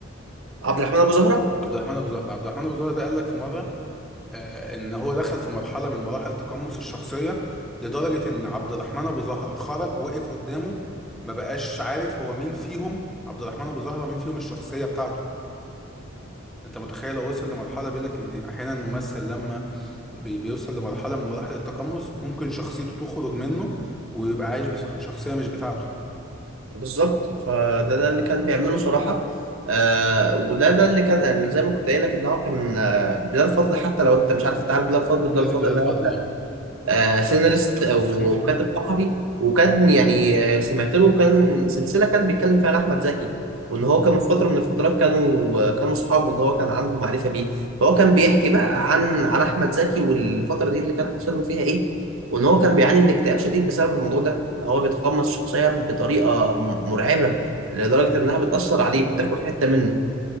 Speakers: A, on the right; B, in the centre.
A: عبد الرحمن ابو زهرة
B: عبد الرحمن ابو زهر عبد الرحمن ابو زهر ده قال لك في مره آه ان هو دخل في مرحله من مراحل تقمص الشخصيه لدرجه ان عبد الرحمن ابو زهر خرج وقف قدامه ما بقاش عارف هو مين فيهم عبد الرحمن ابو زهر مين فيهم الشخصيه بتاعته انت متخيل هو وصل لمرحله بيقول لك ان احيانا الممثل لما بي- بيوصل لمرحله من مراحل التقمص ممكن شخصيته تخرج منه ويبقى عايش بشخصيه مش بتاعته
A: بالظبط فده ده اللي كان بيعمله صراحة آه وده ده اللي كان يعني زي ما كنت قايل لك ان هو كان آه، بلال فضل حتى لو انت مش عارف تعرف بلال فضل
B: عارف
A: بلال فضل
B: بلال فضل اه
A: آه سيناريست او
B: مم.
A: وكاتب صحفي وكان يعني آه، سمعت له كان سلسله كان بيتكلم فيها عن احمد زكي وان هو كان في فتره من الفترات كانوا آه، كانوا اصحابه ان هو كان عنده معرفه بيه فهو كان بيحكي بقى عن عن احمد زكي والفتره دي اللي كان حصل له فيها ايه وان هو كان بيعاني من اكتئاب شديد بسبب الموضوع ده ان هو بيتقمص الشخصيه بطريقه م- مرعبه لدرجه انها بتاثر عليه بتاكل حته منه